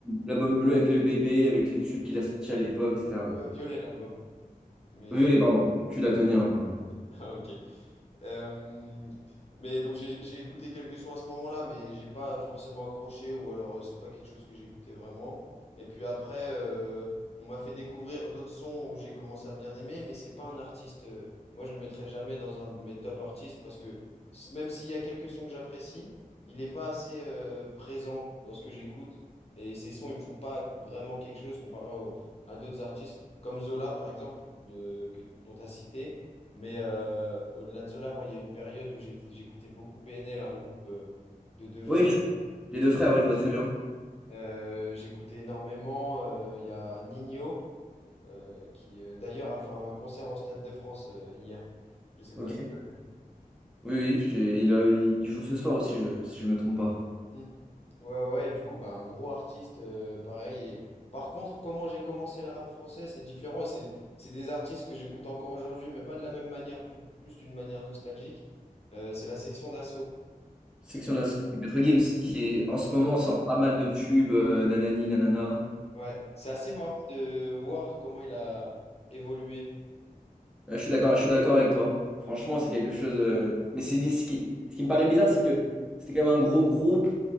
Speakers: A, in the centre; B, on the left.
A: L'album bleu avec le bébé, avec les tubes qu'il a sortis à l'époque, etc.
B: ouais,
A: Oui.
B: Violet, l'album. Mais,
A: Violet,
B: euh,
A: pardon.
B: <laughs>
A: Je suis daltonien,
B: ouais.
A: hein, pardon.
B: Ah, ok. Euh, mais donc j'ai j'ai écouté quelques sons à ce moment-là, mais j'ai pas forcément accroché ou alors euh, c'est pas quelque chose que j'écoutais vraiment. Et puis après, euh, on m'a fait découvrir d'autres sons où j'ai commencé à bien aimer, mais c'est pas un artiste. euh, moi, je le mettrai jamais dans un de mes top artistes parce que s- même s'il y a quelques sons que j'apprécie, il est pas assez euh, présent dans ce que j'écoute. Et ces sons, ils me font pas vraiment quelque chose comparé au- à d'autres artistes comme Zola par exemple de- que- dont tu as cité. Mais euh, au-delà de Zola, moi, il y a eu une période où j'étais- j'écoutais beaucoup PNL, un groupe euh, de deux frères.
A: Oui, je- les deux frères, oui, je vois très bien.
B: Euh, j'écoutais énormément. euh, Il y a Nino euh, qui, euh, d'ailleurs, a fait un concert au Stade de France euh, hier. Je ne sais
A: Ok.
B: pas si tu as vu.
A: Oui, oui, j'ai- il, euh, il joue ce soir aussi, je- si je me trompe pas.
B: Mm. Ouais, ouais, et du coup, bah, un gros artiste, euh, pareil. Et... Par contre, comment j'ai commencé le rap français, c'est différent. C'est c'est des artistes que j'écoute encore aujourd'hui, mais pas de la même manière, plus, plus d'une manière nostalgique. Euh, c'est la section d'assaut.
A: Section d'assaut, Maître Gims, qui est- en ce moment sort pas mal de tubes, euh, nanani, nanana.
B: Ouais, c'est assez marrant de voir comment il a évolué.
A: Ouais, Je suis d'accord, je suis d'accord avec toi. Franchement, c'est quelque chose. euh, Mais c'est bi- ce qui, ce qui me paraît bizarre, c'est que c'était quand même un gros groupe.